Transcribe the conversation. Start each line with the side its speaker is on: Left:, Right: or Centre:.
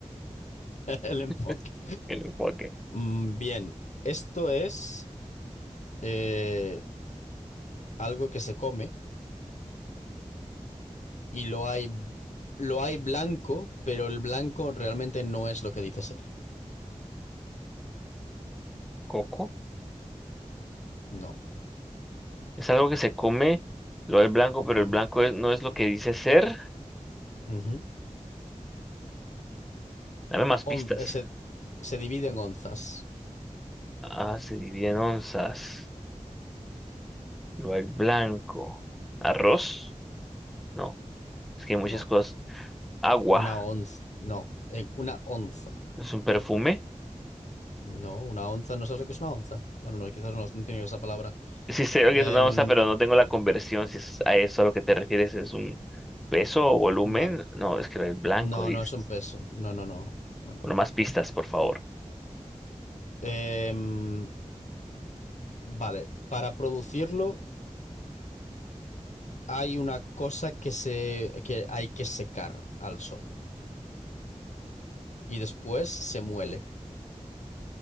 Left: El enfoque.
Centre: <laughs> El enfoque.
Left: Mm, Bien, esto es eh, algo que se come y lo hay, lo hay blanco, pero el blanco realmente no es lo que dice ser.
Centre: Coco.
Left: No.
Centre: Es algo que se come, lo del blanco, pero
Left: Ujú.
Centre: el blanco es- no es lo que dice ser.
Left: Ujú.
Centre: Dame más pistas.
Left: On- eh, se, se divide en onzas.
Centre: Ah, se divide en onzas. Lo del blanco. ¿Arroz? No, es que hay muchas
Left: No.
Centre: cosas. Agua.
Left: Una onza. No. En una onza.
Centre: ¿Es un perfume?
Left: No, una onza, no sé lo que es una onza. Bueno, no, quizás no, no tiene esa palabra.
Centre: Sí sé lo
Left: Em,
Centre: que es una onza, pero no tengo la conversión. Si es a eso a lo que te refieres, ¿es un peso o volumen?
Left: vale.
Centre: No, es que el blanco
Left: No,
Centre: dices.
Left: no es un peso. No, no, no, no, no.
Centre: Bueno, más pistas, por favor.
Left: Em, vale. Para producirlo hay una cosa que se, que hay que secar al sol. Y después se muele,